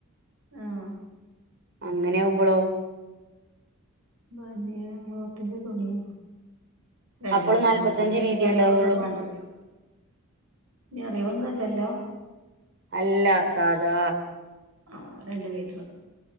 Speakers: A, on the right; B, on the right.
A: ആഹ്
B: അങ്ങനെ ആകുമ്പോളോ
A: ബെന്നിയഗ്ലോത്തിന്റെ തുണിയോ രണ്ട്‌മീറ്റർ
B: അപ്പോൾ നാല്പത്തഞ്ച്
A: മതി എന്നീ
B: വീതിയെ
A: നൊറിവൊന്നും
B: ഉണ്ടാവുള്ളൂ
A: മാണ്ടല്ലോ നൊറിവൊന്നുല്ലല്ലോ
B: അല്ല സാധാ
A: ആഹ് രണ്ട് മീറ്റർ